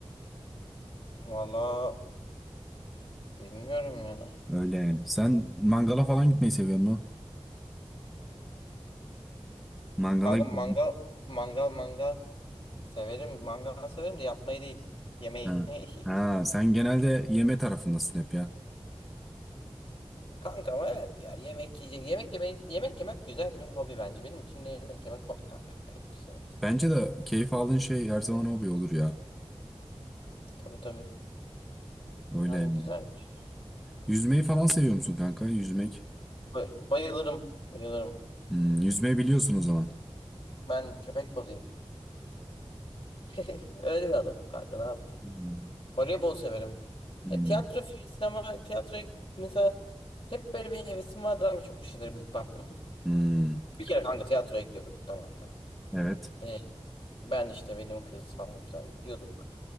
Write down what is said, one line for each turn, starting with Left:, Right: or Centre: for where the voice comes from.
Left: Vallahi bilmiyorum ya.
Centre: Öyle yani. Sen mangala falan gitmeyi seviyor musun? Mangala
Left: Kanka
Centre: gidiyorum.
Left: mangal mangal mangal severim. Mangal severim de yapmayı değil. Yemeği.
Centre: Ha.
Left: <laughs>
Centre: Ha, sen genelde yeme tarafındasın hep ya.
Left: Kanka ama evet ya yemek yiyecek yemek yemeyi yemek yemek güzel bir hobi bence benim için de yemek yemek hobi kanka ayıp söylemesi.
Centre: Bence de keyif aldığın şey her zaman hobi olur ya.
Left: Tabii tabii
Centre: Öyle
Left: yani
Centre: yani.
Left: güzel bir şey.
Centre: Yüzmeyi falan seviyor musun kanka? Yüzmek.
Left: Bay- bayılırım bayılırım
Centre: Hmm, yüzmeyi biliyorsun o zaman.
Left: ben köpek balıyım <laughs> öyle bir adamım kanka ne yapayım
Centre: Hmm,
Left: voleybol severim
Centre: hmm,
Left: e, tiyatro fi- sinema tiyatro mesela hep böyle bir hevesim vardır ama çok üşenirim gitmem. <laughs>
Centre: hmm.
Left: Bir kere kanka tiyatroya gidiyorduk tamam mı?
Centre: Evet.
Left: E, ben işte benim kız falan filan gidiyorduk.